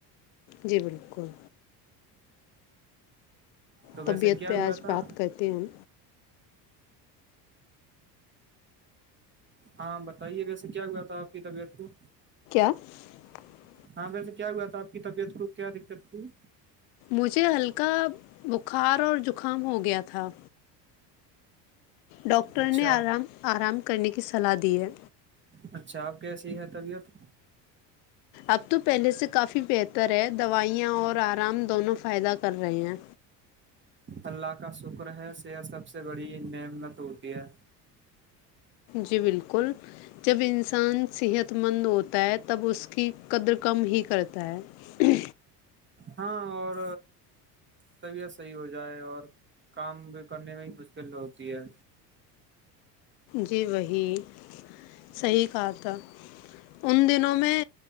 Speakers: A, on the left (about 70°); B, on the right (about 20°).
A: جی بالکل
B: تو
A: طبیعت
B: ویسے کیا
A: پہ
B: ہوا
A: آج
B: تھا
A: بات کرتے ہیں
B: ہاں بتائیے ویسے کیا ہوا تھا آپ کی طبیعت کو
A: <inaudible>
B: ہاں ویسے کیا ہوا تھا آپ کی طبیعت کو کیا دقت تھی
A: مجھے ہلکا بخار اور زکام ہو گیا تھا ڈاکٹر
B: اچھا
A: نے آرام آرام کرنے کے کی صلاح دی ہے
B: اچھا آپ کیسی ہے طبیعت
A: اب تو پہلے سے کافی بہتر ہے دوائیاں اور آرام دونوں فائدہ کر رہے ہیں
B: اللہ کا شکر ہے صحت سب سے بڑی نعمت ہوتی ہے
A: جی بالکل جب انسان صحت مند ہوتا ہے تب اس کی قدر کم ہی کرتا ہے
B: ہاں اور طبیعت صحیح ہو جائے اور کام بھی کرنے میں ہی مشکل ہوتی ہے
A: جی وہی صحیح کہا تھا ان دنوں میں